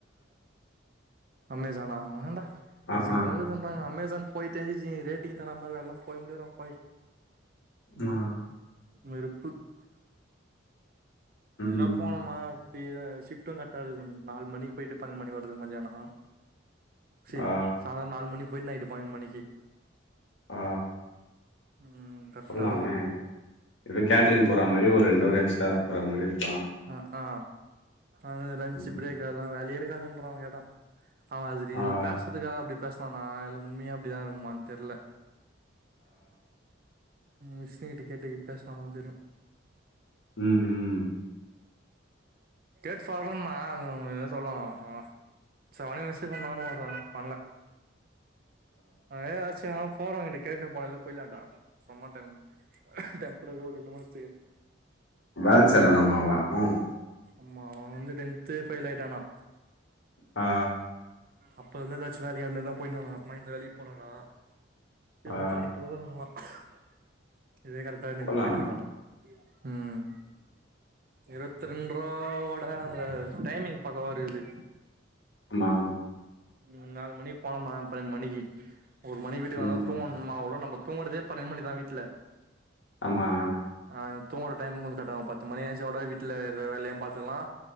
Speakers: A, on the right; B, on the left.
A: அமேசான ஆன்டா
B: ஆ
A: சிம்பிளா
B: ஆ
A: இரு <unintelligible> அமேசான் போயிட்டு ஸ் ரேட்டிங் தராம மாரி வேல எல்லா போய் முடியாது டா
B: ஆமா
A: வெருப்பு
B: ம்
A: இதெல்லா இப்ப போனோமா அப்டி அ ஷிப்ட்டு கரெக்ட்டா இருக்கு நாலு மணிக்கு போயிட்டு பன்னெண்டு மணிக்கு வரதுக்கு மதியானோ சரி
B: ஆ
A: சாயந்தர நாலு மணிக்கு போயிட்டு நைட் பன்னெண்டு மணிக்கு
B: ஆ
A: ம் கரெக்டா
B: போலாமே
A: இருக்கு
B: ஏதோ கேட்ரிங் போற மாரி ஒரு ரெண்டு அவர் எக்ஸ்ட்ரா இருக்கற மாரி இருக்களா
A: அ ஆ அது லன்ச்
B: ம்.
A: பிரேக் அதெல்லா பிரேக் அதெல்லா வேலையே இருக்காதுன்றா அவ கேட்ட அவ அது இது
B: ஆ
A: பேசுறதுக்காக அப்டி பேசுனான இல்ல உண்மையா அப்டிதா இருக்குமானு தெர்ல விஷ்ணுகிட்ட கேட்டு பேசனாதா தெரியு
B: ம் ம்
A: கேட்டு சொல்றன்னா அது எது சொல்லல்ல ஆ சரி அதே வெச்சிக்ட்டுனு நானு பண்ணல அதே யோசிச்சிங்க போற எடுக்கு கேட்ட போனலே போய்லாடா சம டைம் டெம்ரவரியா ஒரு ரெண்டு மாசத்துக்கு
B: வேலை செய்றானாமா அவ ம்
A: ஆமா அவ வந்து டென்த் பெயில் ஆயிட்டானா
B: ஆ
A: அப்ப இருந்த ஏதாச்சு வேல அந்தமாரி தா போயிருந்தானா அப்புரமா இந்த வேலைக்கு போறானா இருபத்தி
B: ஆ
A: ரெண்டு <unintelligible> இதே கரெக்டா இருக்குனு
B: போலாமா
A: போயிட்டு இருக்கனா ம் இருபத்த ரெண்டு ரூபோட அந்த டைமிங் பக்காவ இருக்குது
B: மா
A: ம் நாலு மணிக்கு போனோம்மா பன்னெண்டு மணிக்கு ஒரு மணிக்கி வீட்டுக்கு வந்தா
B: ம்
A: தூங்கணு டைம் அவு நம்ம தூங்குரதே பண்ணேண்டு மணி தா வீட்ல
B: ஆமா
A: ஆ தூங்குற டைமு கொஞ்சோ கர்டாவு பத்து மணி எஞ்சா ஓட வீட்டுல இருக்குற வேலையு பாத்துக்லா